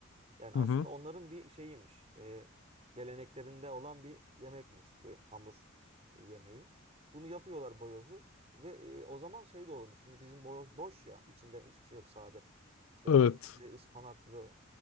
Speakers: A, on the right (about 30°); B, on the left (about 80°).
A: Yani aslında
B: hı hı.
A: onların bir şeyiymiş. e, geleneklerinde olan bir yemekmiş. Bir hamur e, yemeği. Bunu yapıyorlar boyozu. Ve e, o zaman şey de olmuş. Şimdi bizim boyoz boş ya. içinde hiçbir şey yok sade. İşte
B: Evet.
A: peynirli, ıspanaklı,